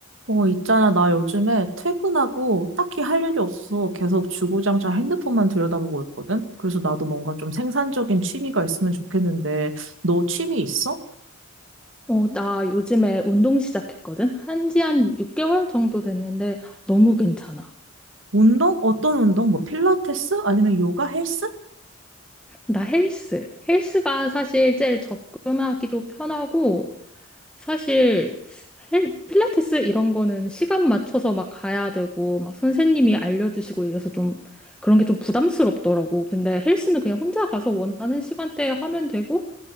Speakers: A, on the right; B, in the centre.
A: 어, 있잖아. 나 요즘에 퇴근하고 딱히 할 일이 없어. 계속 주구장창 핸드폰만 들여다보고 있거든? 그래서 나도 뭔가 좀 생산적인 취미가 있으면 좋겠는데, 너 취미 있어?
B: 어, 나 요즘에 운동 시작했거든? 한지 한 6개월 정도 됐는데 너무 괜찮아.
A: 운동? 어떤 운동? 뭐 필라테스? 아니면 요가 헬스?
B: 나 헬스. 헬스가 사실 제일 접근하기도 편하고, 사실 헬, 필라테스 이런 거는 시간 맞춰서 막 가야 되고, 막 선생님이 알려주시고 이래서 좀 그런 게 좀 부담스럽더라고. 근데 헬스는 그냥 혼자 가서 원하는 시간대에 하면 되고,